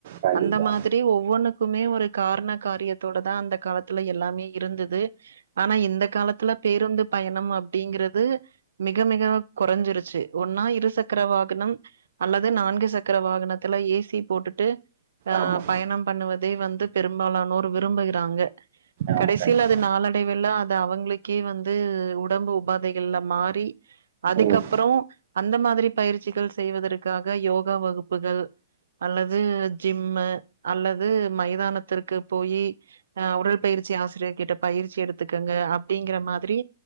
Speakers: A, on the right (about 55°); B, on the right (about 70°).
A: கண்டிப்பா
B: அந்த மாதிரி ஒவ்வொன்னுக்கு க்குமே ஒரு காரண காரியத்தோட தா அந்த காலத்துல எல்லாமே இருந்தது ஆனா இந்த காலத்துல பேருந்து பயணம் அப்டிங்கறது மிக மிக கொறஞ்சிருச்சி ஒன்னா இரு சக்கர வாகனம் அல்லது நான்கு சக்கர வாகனத்துல ஏசி போட்டுட்டு ஆஹ்
A: ஆமா
B: பயணம் பண்ணுவது இதை வந்து பெரும்பாலானோர் விரும்புகிறாங்க
A: ஆமா
B: கடைசியில்
A: கண்டிப்பா
B: அது நாளடைவில்ல இது அவங்களுக்கே வந்து உடம்பு உபாதைகள்லா மாறி அதுகப்றோ
A: ம்
B: அந்த மாதிரி பயிற்சிகள் செய்வதற்காக யோகா வகுப்புகள் அல்லது ஜிம்மு அல்ல து மைதானத்திற்கு போயி ஆ உடல் பயிற்சி ஆசிரியர் கிட்ட பயிற்சி எடுத்துக்கங்க அப்டிங்கிற மாதிரி